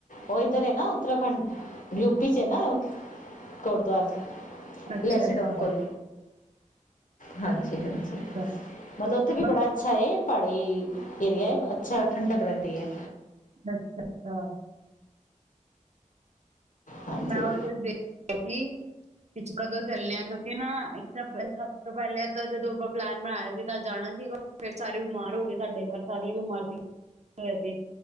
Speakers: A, on the left; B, on the right.
A: ਉਹ ਇੱਧਰ ਹੈ ਨਾ ਉੱਤਰਾਖੰਡ ਯੂ ਪੀ ਚ ਨਾ ਗੁਰਦੁਆਰਾ-
B: ਅੱਛਾ
A: ਲੈਸੀਡੋਨਕੋਲ
B: ਅੱਛਾ
A: ਹਾਂਜੀ, ਹਾਂਜੀ
B: ਅੱਛਾ
A: ਮਤਲਬ ਉੱਥੇ ਵੀ
B: ਬਸ
A: ਬੜਾ ਅੱਛਾ ਐ ਪਹਾੜੀ ਏਰੀਆ ਅੱਛਾ ਠੰਡਕ ਰਹਿੰਦੀ ਹੈ।
B: ਅੱਛਾ ਅੱਛਾ।
A: ਹਾਂਜੀ
B: ਮੈਂ ਉਹ ਦੇਖਆ ਸੀ। ਵਿੱਚ। ਕਦੋਂ ਚੱਲਣੇ ਆ ਕਿਉਂਕਿ ਨਾ ਇੱਕ ਤਾਂ ਸਭ ਤੋਂ ਪਹਿਲਾਂ ਤਾਂ ਜਦੋਂ ਆਪਾਂ ਪਲੈਨ ਬਣਾਇਆ ਸੀ ਤਾਂ ਜਾਣਾ ਸੀਗਾ। ਫੇਰ ਸਾਰੇ ਬਿਮਾਰ ਹੋ ਗਏ। ਸਾਡੇ ਘਰ ਸਾਰੇ ਹੀ ਬਿਮਾਰੀ ਸੀ ਪਏ ਹੋਏ ਸੀ